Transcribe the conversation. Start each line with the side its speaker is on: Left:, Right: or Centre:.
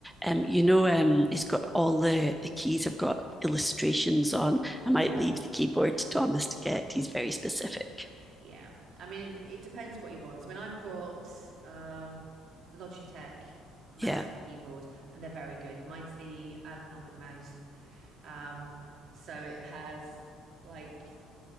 Centre: um, you know, um, he's got all the the keys have got illustrations on. I
Right: Yeah.
Centre: might leave the keyboard to Thomas to get. He's very specific.
Right: Yeah. I mean, it depends what he wants. I mean, I've got um Logitech mouse
Centre: Yeah.
Right: and keyboard, and they're very good. Mine's the ergonomic mouse. Um, so it has like